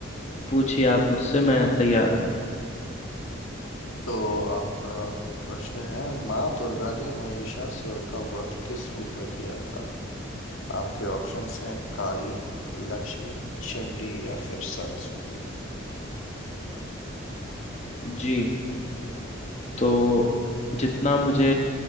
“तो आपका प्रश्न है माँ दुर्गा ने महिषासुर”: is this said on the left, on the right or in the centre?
Left